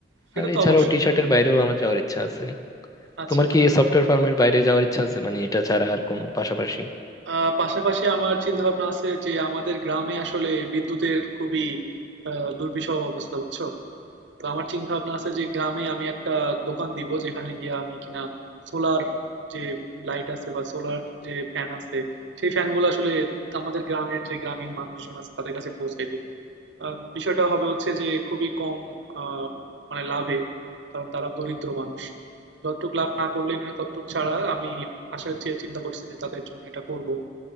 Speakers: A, on the right (about 75°); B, on the left (about 20°).
A: সেটা
B: আর
A: তো
B: এছাড়াও
A: অবশ্যই
B: টি
A: বন্ধু।
B: শার্টের বাইরেও আমার যাওয়ার ইচ্ছা আছে
A: আচ্ছা
B: তোমার কি সফটওয়্যার ফার্মের বাইরে যাওয়ার ইচ্ছা আছে মানে এটা ছাড়া আর কোনো পাশাপাশি
A: আহ, পাশাপাশি আমার চিন্তা ভাবনা আছে যে আমাদের গ্রামে আসলে বিদ্যুতের খুবই আহ, দুর্বিষহ অবস্থা বুঝছো তো আমার চিন্তা ভাবনা আছে যে গ্রামে আমি একটা দোকান দিব যেখানে গিয়ে আমি কিনা সোলার যে লাইট আছে বা সোলার যে ফ্যান আছে সেই ফ্যানগুলো আসলে আমাদের গ্রামের যে গ্রামীণ মানুষজন আছে তাদের কাছে পৌঁছাই দেবো আহ, বিষয়টা হবে হচ্ছে যে খুবই কম আহ, মানে লাভে কারণ তারা দরিদ্র মানুষ যতটুক লাভ না করলেই নয় ততটুক ছাড়া আমি আশা চেয়ে চিন্তা করছি যে তাদের জন্য এটা করব